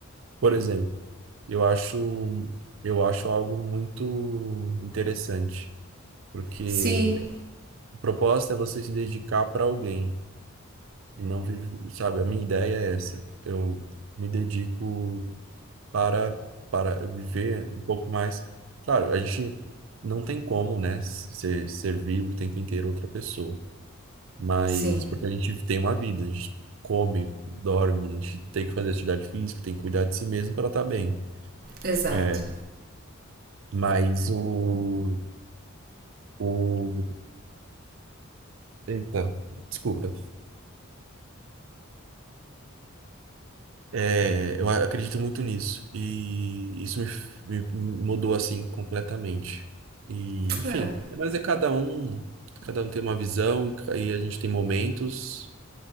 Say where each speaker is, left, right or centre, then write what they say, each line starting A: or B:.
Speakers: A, on the right; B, on the right.
A: por exemplo. Eu acho, eu acho algo muito interessante, porque
B: Sim,
A: a proposta é você se dedicar para alguém e não viver, sabe? A minha ideia é essa. Eu me dedico para, para viver um pouco mais. Claro, a gente não tem como, né, se, servir o tempo inteiro outra pessoa, mas
B: sim,
A: porque a gente tem uma vida, a gente come, dorme, a gente tem que fazer atividade física, tem que cuidar de si mesmo para estar bem.
B: exato.
A: É, mas o, o... Eita, desculpa. É, eu a- acredito muito nisso. E isso me, f- me mudou assim completamente. E, enfim,
B: É,
A: mas é cada um, cada um tem uma visão, e a gente tem momentos,